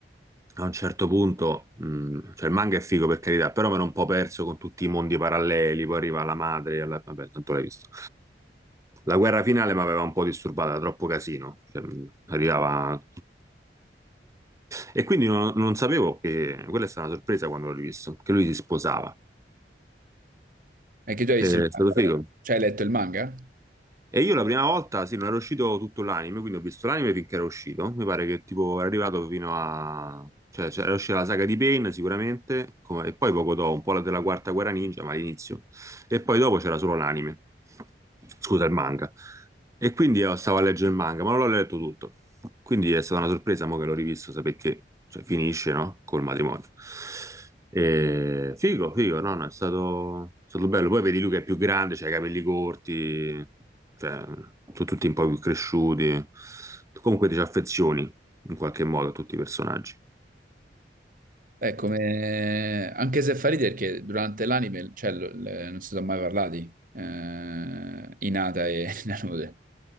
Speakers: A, on the right; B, on the right.
A: a un certo punto, mh, cioè il manga è figo per carità, però mi ero un po' perso con tutti i mondi paralleli, poi arriva la madre, alla- vabbè, tanto l'hai visto. La guerra finale mi aveva un po' disturbata, era troppo casino, cioè, mh, arrivava... E quindi non, non sapevo che quella è stata una sorpresa quando l'ho rivisto, che lui si sposava.
B: che tu hai visto
A: Eh,
B: il
A: È
B: manga,
A: stato
B: però.
A: figo.
B: Cioè hai letto il manga?
A: E io la prima volta, sì, non era uscito tutto l'anime, quindi ho visto l'anime finché era uscito. Mi pare che tipo era arrivato fino a... Cioè, cioè, era uscita la saga di Pain sicuramente, come- e poi poco dopo, un po' la della Quarta Guerra Ninja, ma all'inizio. E poi dopo c'era solo l'anime. Scusa, il manga. E quindi io stavo a leggere il manga, ma non l'ho letto tutto. Quindi è stata una sorpresa, mo che l'ho rivisto, sapere che cioè, finisce, no? Col matrimonio. E... Figo, figo, no, no, è stato... è stato bello. Poi vedi lui che è più grande, c'ha i capelli corti, cioè, sono tutti un po' più cresciuti. Comunque ti ci affezioni, in qualche modo, a tutti i personaggi.
B: Beh, come... anche se fa ridere perché durante l'anime, cioè, l- l- non si sono mai parlati, eh, Hinata e <laughs> Nanute.